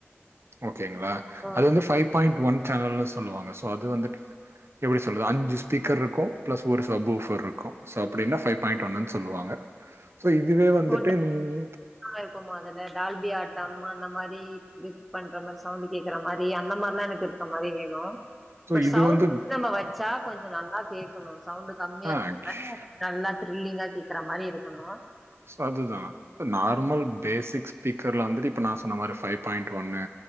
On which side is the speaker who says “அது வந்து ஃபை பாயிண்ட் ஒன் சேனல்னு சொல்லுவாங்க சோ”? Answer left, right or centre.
Right